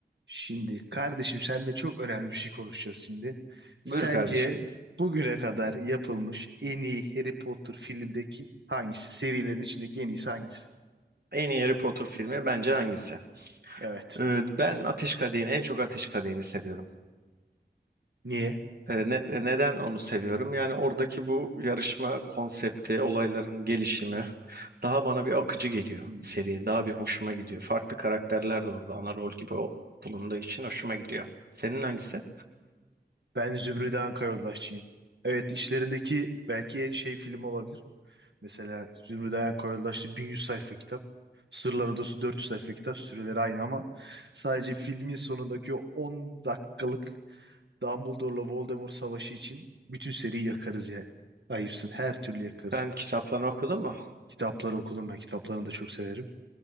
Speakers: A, on the right (about 90°); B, on the right (about 60°).
A: Şimdi kardeşim seninle çok önemli bir şey konuşacağız şimdi. Sence
B: Buyur kardeşim.
A: bugüne kadar yapılmış en iyi Harry Potter filmdeki hangisi? Serilerin içindeki en iyisi hangisi?
B: En iyi Harry Potter filmi bence hangisi?
A: Evet.
B: Ee, ben Ateş Kadehi'ni, en çok Ateş Kadehi'ni seviyorum.
A: Niye?
B: Ee, ne- e, neden onu seviyorum? Yani oradaki bu yarışma konsepti, olayların gelişimi
A: Hmm.
B: daha bana bir akıcı geliyor
A: Hmm.
B: seriye. Daha bir hoşuma gidiyor. Farklı karakterler de orada ana rol gibi o- bulunduğu için hoşuma gidiyor. Senin hangisi?
A: Ben Zümrüt Anka Yoldaşçıyım. Evet işlerindeki belki en şey film olabilir. Mesela Zümrüt Anka Yoldaşçı 1100 sayfa kitap. Sırlar Odası 400 sayfa kitap. Süreleri aynı ama sadece filmin sonundaki o 10 dakikalık Dumbledore'la Voldemort savaşı için bütün seriyi yakarız yani. Ayıpsın. Her türlü yakarız.
B: Sen kitaplarını okudun mu?
A: Kitapları okudum ben. Kitaplarını da çok severim.